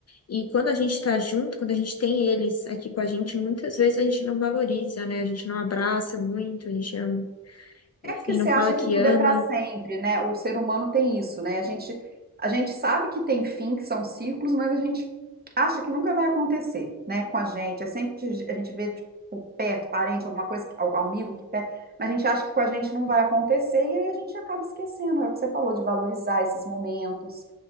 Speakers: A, on the left; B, on the right.
A: E quando a gente está junto, quando a gente tem eles aqui com a gente, muitas vezes a gente não valoriza, né? A gente não abraça muito, a gente não,
B: É
A: enfim,
B: porque você
A: não fala
B: acha
A: que
B: que tudo
A: ama.
B: é para sempre, né? O ser humano tem isso, né? A gente, a gente sabe que tem fim, que são ciclos, mas a gente acha que nunca vai acontecer, né? Com a gente. É sempre que a gente vê tipo, por perto, parente, alguma coisa, que- algum amigo que perto, mas a gente acha que com a gente não vai acontecer e aí a gente acaba esquecendo. É o que você falou de valorizar esses momentos.